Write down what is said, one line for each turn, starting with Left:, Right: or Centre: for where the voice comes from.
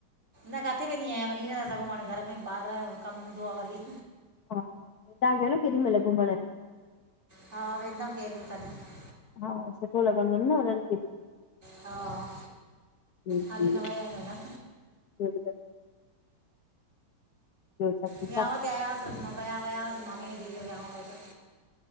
Right: न काथे वेंदी आहियां वञी नथा सघूं हाणे घर में ॿार कमु हूंदो आ वरी
Left: हा तहां ईंदा कयो न केॾी महिल घुमण।
Right: हा वेंदमि कंहिं ॾींहुं कॾहिं
Left: हा सुठो लॻंदुन न हुननि खे बि
Right: हा,
Left: जी जी
Right: हाली न वयायूं अना
Left: ॿियो ॿुधायो? ॿियो सभु ठीकु
Right: विहाव ते आयास वया वयास मामे जी धी जो विहाव हुयो त